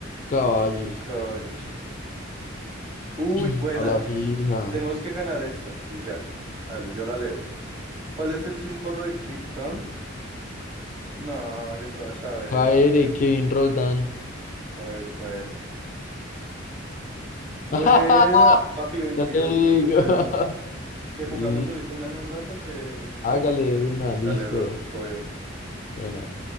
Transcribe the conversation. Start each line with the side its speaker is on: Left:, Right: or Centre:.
Left: caballos.
Right: Caballos, sí. Uy,
Left: <clears throat>
Right: buena.
Left: A la fija.
Right: Tenemos que ganar esta y ya. Dale, yo la leo. ¿Cuál es el símbolo de Krypton? No, yo qué vas a ver.
Left: Jaere, Kevin Roldán.
Right: A ver, KR. Buena,
Left: <laughs>
Right: papi 22,
Left: Ya te digo.
Right: superamos.
Left: <laughs>
Right: Que
Left: Y
Right: jugamos ahorita una en un rato que Nikito.
Left: hágale de una, listo.
Right: Dale, bro, todo bien.
Left: Bueno.